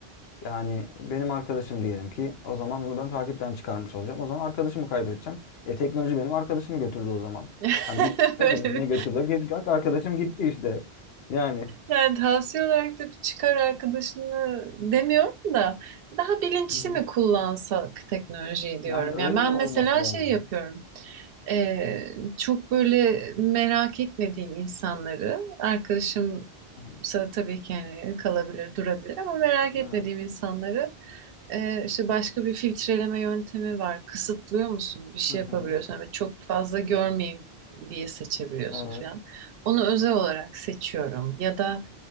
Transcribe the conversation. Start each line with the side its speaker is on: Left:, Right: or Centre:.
Left: yani benim arkadaşım diyelim ki o zaman onu ben takipten çıkarmış olacağım. O zaman arkadaşımı kaybedeceğim. E teknoloji benim arkadaşımı götürdü o zaman.
Right: <laughs>
Left: Hani diyoruz
Right: Böyle
Left: ya ne
Right: bir
Left: götürdü? Git- Bak arkadaşım gitti işte. Yani
Right: Yani tavsiye olarak da bir çıkar arkadaşını demiyorum da daha bilinçli
Left: Hı hı.
Right: mi kullansak teknolojiyi diyorum.
Left: yani öyle
Right: Yani ben
Left: olması
Right: mesela
Left: lazım.
Right: şey yapıyorum. Ee, çok böyle merak etmediğim insanları arkadaşımsa
Left: Hı hı.
Right: tabii ki yani kalabilir, durabilir ama merak etmediğim
Left: Evet.
Right: insanları e, işte başka bir filtreleme yöntemi var. Kısıtlıyor musun? Bir şey
Left: Hı hı.
Right: yapabiliyorsun ama çok fazla görmeyeyim diye seçebiliyorsun
Left: Evet.
Right: falan. Onu özel olarak seçiyorum ya da